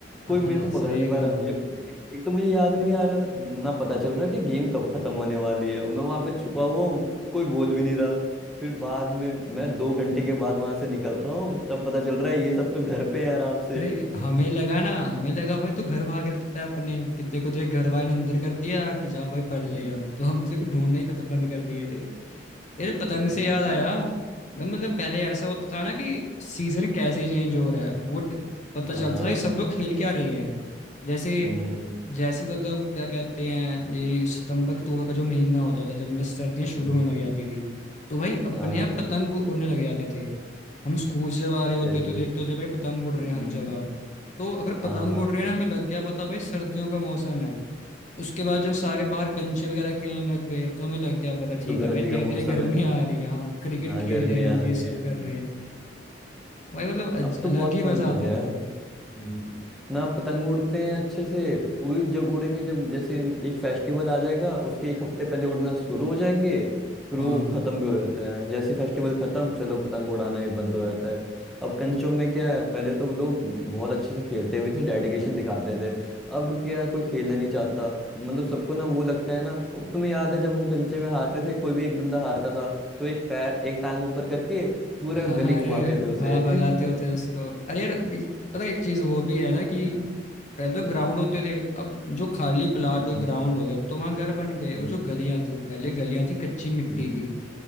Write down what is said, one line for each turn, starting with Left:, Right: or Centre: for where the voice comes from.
Centre: कोई
Left: हाँ
Centre: मेरे को
Left: सही
Centre: पकड़ नहीं पा
Left: का
Centre: रहा है मुझे एक तो मुझे याद भी नहीं आ रहा था, ना पता चल रहा है कि गेम कब खत्म होने वाली है मैं वहां पे छुपा हुआ हूँ कोई बोल भी नहीं रहा फिर बाद में मैं दो घंटे के बाद वहां से निकल रहा हूँ तब पता चल रहा है ये सब तो घर पे हैं आराम से
Left: अरे हमें लगा ना हमें लगा भाई तू घर भागे लगता है अपने कि तेरे को तेरे घर वाले ने अंदर कर दिया कि जा भाई पढ़
Centre: <laughs>
Left: ले अब तो हम तेरे को ढूंढना ही खत्म बंद कर दिए थे यार पतंग
Centre: नहीं।
Left: से याद आया मैं मतलब पहले ऐसा होता था ना कि सीजन कैसे चेंज हो रहा है वो ड- पता
Centre: हाँ
Left: चलता था कि सब लोग खेल क्या रहे हैं जैसे
Centre: हम्म,
Left: जैसी मतलब क्या कहते हैं ये सितंबर अक्टूबर का जो महीना होता था जब मतलब सर्दियां शुरू
Centre: हम्म,
Left: होने लग जाती थी तो भाई अपने
Centre: हाँ
Left: आप पतंग उड़ने लग जाते थे हम स्कूल से जब आ
Centre: सही
Left: रहे होते
Centre: बात
Left: तो देखते
Centre: है।
Left: होते भाई पतंग
Centre: हम्म,
Left: उड़ रहे हैं हर जगह तो अगर
Centre: हाँ
Left: पतंग उड़ रहे हैं ना हमें लग गया पता भाई सर्दियों का मौसम है उसके बाद जब सारे बाहर कंचे वगैरह खेलने लग गए तो हमें लग गया पता ठीक
Centre: तो गर्मी
Left: है भाई धीरे
Centre: का मौसम
Left: धीरे गर्मी
Centre: है
Left: आ रही है हाँ क्रिकेट
Centre: हाँ
Left: खेल
Centre: गर्मी
Left: रहे हैं लोग
Centre: आ
Left: ये
Centre: रही
Left: सब
Centre: है
Left: कर रहे हैं भाई मतलब अज-
Centre: अब तो
Left: अलग
Centre: बहुत
Left: ही
Centre: कम
Left: मजा
Centre: हो
Left: आता
Centre: गया
Left: था
Centre: है हम्म, ना पतंग उड़ते हैं अच्छे से वो भी जब उड़ेंगे जब जैसे एक फेस्टिवल आ जाएगा उसके एक हफ्ते पहले उड़ना शुरू हो जाएंगे फिर वो
Left: हाँ
Centre: खत्म भी हो जाते हैं जैसे फेस्टिवल खत्म चलो पतंग उड़ाना ही बंद हो जाता है अब कंचों में क्या है पहले तो लोग बहुत अच्छे से खेलते भी थे डेडिकेशन दिखाते थे अब क्या है, कोई खेलना नहीं चाहता मतलब सबको ना वो लगता है ना अब तुम्हें याद है जब हम कंचे में हारते थे कोई भी एक बंदा हारता था तो एक पैर एक टांग ऊपर करके पूरा
Left: <laughs> हाँ,
Centre: गली घुमाते
Left: अरे
Centre: थे उसे
Left: हाँ भगाते
Centre: <laughs>
Left: होते उसको अरे यार एक- पता है एक चीज वो भी है ना कि
Centre: हाँ,
Left: पहले
Centre: हाँ।
Left: तो ग्राउंड होते थे अब जो खाली प्लाट
Centre: हम्म,
Left: और ग्राउंड हो गया अब तो वहां घर बन गए
Centre: हम्म,
Left: और जो गलियां थी पहले गलियां थी कच्ची मिट्टी
Centre: हम्म,
Left: की